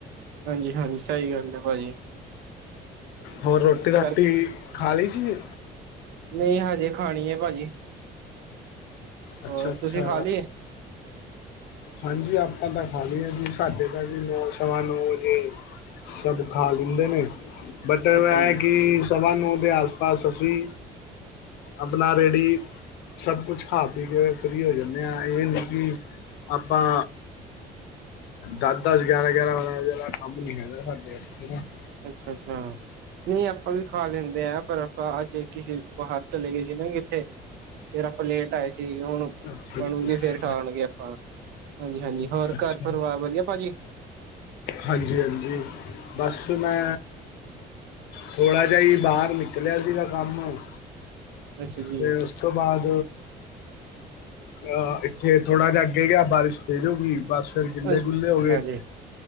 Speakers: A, on the right; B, on the left.
A: ਹਾਂਜੀ- ਹਾਂਜੀ, ਸਹੀ ਗੱਲ ਹੈ, ਭਾਜੀ।
B: ਹੋਰ, ਰੋਟੀ- ਰਾਟੀ
A: ਕਰ
B: ਖਾ ਲਈ ਸੀ।
A: ਨਹੀਂ। ਹਜੇ ਖਾਣੀ, ਹੈ ਭਾਜੀ।
B: ਅੱਛਾ-
A: ਹੋਰ
B: ਅੱਛਾ।
A: ਤੁਸੀਂ ਖਾ ਲਈ
B: ਹਾਂਜੀ। ਆਪਾਂ ਤਾਂ, ਖਾਲੀ ਹਾਂ ਜੀ। ਸਾਡੇ, ਭਾ ਜੀ ਨੌ, ਸਵਾ ਨੌ ਵਜੇ। ਸਭ ਖਾ ਲੀਦੇ ਨੇ। ਮਤਲਬ
A: ਅੱਛਾ
B: ਹੈ।
A: ਜੀ
B: ਕਿ, ਸਵਾ ਨੌ, ਦੇ ਆਸ- ਪਾਸ, ਅਸੀਂ ਆਪਣਾ ਰੇਡੀ। ਸਭ ਕੁਛ ਖਾ ਪੀ ਕੇ ਫ੍ਰਰੀ ਹੋ ਜਾਂਦੇ ਹਾਂ ਇਹ ਨਹੀਂ ਕਿ ਆਪਾਂ ਦਸ ਦਸ ਗਿਆਰਾਂ ਗਿਆਰਾਂ ਬਾਰਾਂ ਦਾ ਕੰਮ ਨੀ ਹੈਦਾ ਸਾਡੇਥ
A: ਅੱਛਾ ਅੱਛਾ ਨਹੀਂ ਆਪ ਆਪਾਂ ਵੀ ਖਾ ਲੈਂਦੇ ਆ ਪਰ ਆਪਾਂ ਅੱਜ ਕਿਸੇ ਬਾਹਰ ਚਲੇ ਗਏ ਸੀ ਨਾ ਕਿੱਥੇ ਫੇਰ ਆਪਾਂ ਲੇਟ ਆਏ ਸੀ ਹੁਣ
B: ਅੱਛਾ
A: ਬਣੂਗੇ
B: ਅੱਛਾ ਅੱਛਾ
A: ਫੇਰ ਖਾਣਗੇ ਆਪਾਂ ਹਾਂਜੀ ਹਾਂਜੀ ਹੋਰ
B: ਅੱਛਾ
A: ਘਰ ਪਰਿਵਾਰ ਵਧੀਆ ਭਾਜੀ
B: ਹਾਂਜੀ ਹਾਂਜੀ ਬਸ ਮੈਂ ਥੋੜਾ ਜਿਹਾ ਹੀ, ਬਾਹਰ ਨਿਕਲਿਆ ਸੀਗਾ। ਕੰਮ
A: ਅੱਛਾ ਜੀ
B: ਤੇ। ਉਸ ਤੋਂ, ਬਾਅਦ। ਅਹ ਇੱਥੇ, ਥੋੜਾ ਜਿਹਾ ਅੱਗੇ ਗਿਆ। ਬਾਰਿਸ਼ ਤੇਜ ਹੋ ਗੀ। ਬਸ। ਫੇਰ ਗਿੱਲੇ-
A: ਅੱਛਾ
B: ਗੁੱਲੇ ਹੋ ਗਏ।
A: ਜੀ,